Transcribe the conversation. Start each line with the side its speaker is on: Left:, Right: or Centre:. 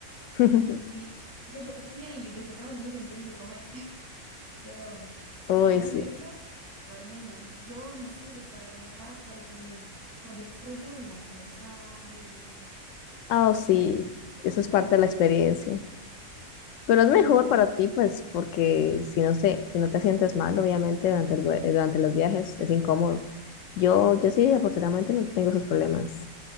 Left: <laughs>
Right: Y yo dormía y despertaba también cuando tenía que comer. <laughs> Pero sacando
Left: Uy, Ya. sí.
Right: eso, durmiendo, yo no sirvo para viajar porque no disfruto la paisaje,
Left: Ah, oh, sí,
Right: eh,
Left: eso es
Right: tema.
Left: parte de la experiencia. Pero
Right: Sí.
Left: es mejor para ti, pues, porque si no se, si no te sientes mal, obviamente, durante el, vue- eh, durante los viajes es incómodo. Yo, yo sí, afortunadamente, no tengo esos problemas.